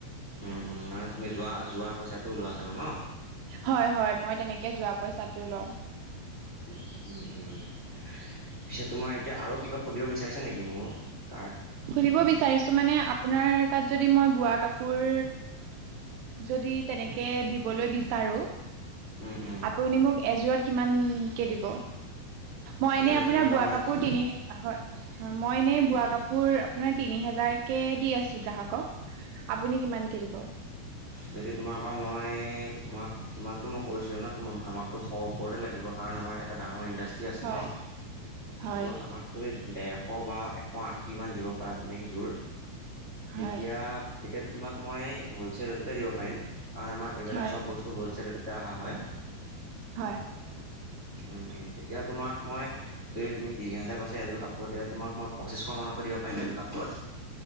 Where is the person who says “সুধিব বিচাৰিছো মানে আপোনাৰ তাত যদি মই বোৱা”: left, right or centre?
Right